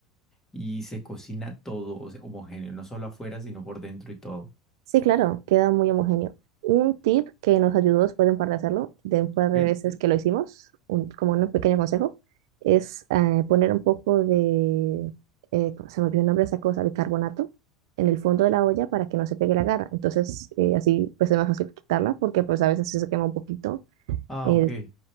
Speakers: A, on the left (about 15°); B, on the right (about 75°).
A: Y se cocina todo, o sea, homogéneo, no solo afuera, sino por dentro y todo.
B: Sí, claro, queda muy homogéneo. Un tip que nos ayudó después de un par de hacerlo, de un par
A: ¿Ok?
B: de veces que lo hicimos, un- como un pequeño consejo, es eh, poner un poco de, eh, ¿cómo se me olvidó el nombre de esa cosa, bicarbonato, en el fondo de la olla para que no se pegue la garra. Entonces, eh, así pues es más fácil quitarla porque pues a veces sí se quema un poquito
A: Ah,
B: eh,
A: ok.